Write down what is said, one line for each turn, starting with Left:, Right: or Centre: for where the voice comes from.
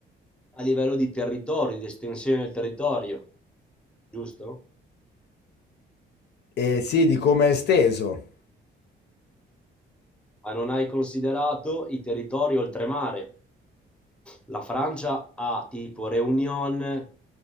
Centre: a livello di territorio, di estensione del territorio, giusto?
Left: Eh, sì, di come è esteso.
Centre: Ma non hai considerato i territori oltremare. La Francia ha tipo Réunion,